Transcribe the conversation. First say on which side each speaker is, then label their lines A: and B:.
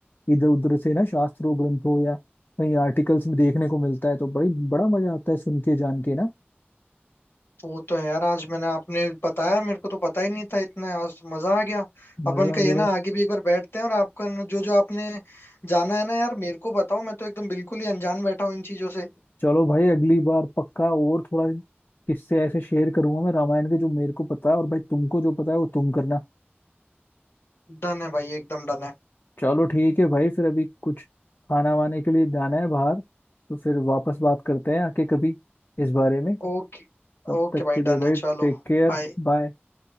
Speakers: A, on the left (about 55°); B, on the left (about 70°).
A: इधर उधर से ना शास्त्रों ग्रंथों या कहीं आर्टिकल्स में देखने को मिलता है तो बड़ी बड़ा मजा आता है सुन के जान के ना
B: वो तो है यार आज मैंने आपने बताया मेरे को तो पता ही नहीं था इतना आज तो मजा आ गया अपन
A: मजा
B: का
A: आ
B: ये
A: गया
B: ना
A: भाई
B: आगे भी एक बार बैठते हैं और आपका न- जो जो आपने जाना है ना यार मेरे को बताओ मैं तो एकदम बिल्कुल ही अनजान बैठा हूँ इन चीजों से
A: चलो भाई अगली बार पक्का और थोड़ा किससे ऐसे शेयर करूंगा मैं रामायण के जो मेरे को पता है और भाई तुमको जो पता है वो तुम करना
B: डन है भाई एकदम डन है
A: चलो ठीक है भाई फिर अभी कुछ खाना वाने के लिए जाना है बाहर तो फिर वापस बात करते हैं आके कभी इस बारे में
B: ओके
A: तब
B: ओके
A: तक
B: भाई
A: के
B: डन
A: लिए भाई
B: है चलो
A: टेक केयर
B: बाय
A: बाय